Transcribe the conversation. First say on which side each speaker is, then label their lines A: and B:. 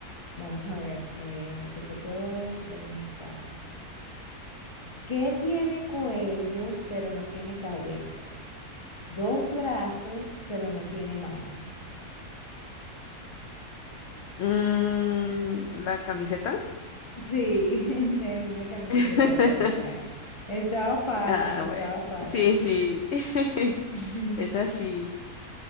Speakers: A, on the left; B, on the left.
A: vamos a ver, eh, ¿qué te puedo preguntar? ¿Qué tiene cuello, pero no tiene cabeza? Dos brazos, pero no tiene manos.
B: Mm, ¿la camiseta?
A: Sí, <laughs> es una camiseta
B: <laughs>
A: tal cual. Estaba fácil,
B: Ah,
A: estaba
B: bueno.
A: fácil.
B: Sí, sí. <laughs>
A: <laughs>
B: Es así.